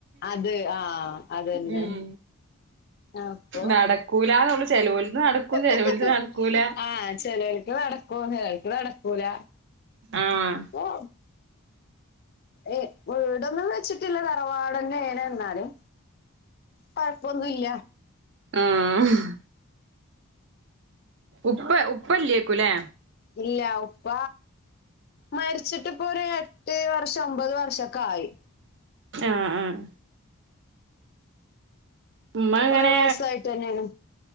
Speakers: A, on the left (about 45°); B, on the right (about 55°).
A: അത് ആഹ അതന്നെ.
B: ഉം
A: അപ്പൊ
B: നടക്കൂലാന്നൊള്ളു ചെലോൽത് നടക്കും ചെലോൽത്
A: ആഹ
B: നടക്കൂല
A: ഹ് ഹ് ഹ് ചിലർക്ക് വ ഹോ ന്നക്ക്ത നടക്കൂല
B: ആഹ്
A: ഓ എ വീടൊന്നും വെച്ചിട്ടില്ല തറവാടനേ ന എന്നാലും. കുഴപ്പൊന്നുല്ല.
B: ആഹ ഹ് ഉപ്പ ഉപ്പല്ലേക്കൂല്ലേ
A: ഇല്ല ഉപ്പ മരിച്ചിട്ട് പ്പൊ ഒരു എട്ട് പക്ഷെ ഒമ്പത് വർഷൊക്കെ ആയി
B: ആഹ് ആഹ് ഉമ്മ അങ്ങനെ
A: കൊറേ വയസ്സായിട്ട് തന്നെയാണ്